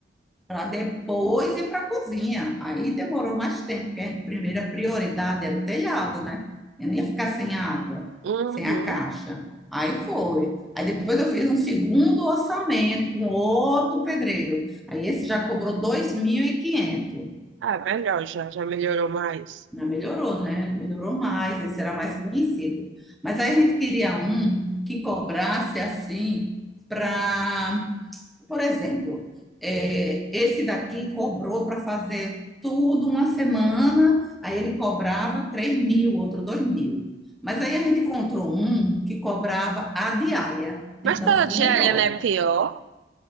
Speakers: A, in the centre; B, on the right.
A: para depois ir para a cozinha. Aí demorou mais tempo, porque a primeira prioridade era o telhado, né? Eu não ia ficar sem a água,
B: Uhum.
A: sem a caixa. Aí foi. Aí depois eu fiz um segundo orçamento com outro pedreiro. Aí esse já cobrou 2.500.
B: Ah, melhor já, já melhorou mais.
A: Ah, melhorou, né? Melhorou mais, esse era mais conhecido. Mas aí a gente queria um que cobrasse assim para, por exemplo, é, esse daqui cobrou para fazer tudo uma semana, aí ele cobrava 3 mil, outro 2 mil. Mas aí a gente encontrou um que cobrava a diária,
B: Mas
A: então
B: pela
A: ficou
B: diária,
A: melhor.
B: não é pior.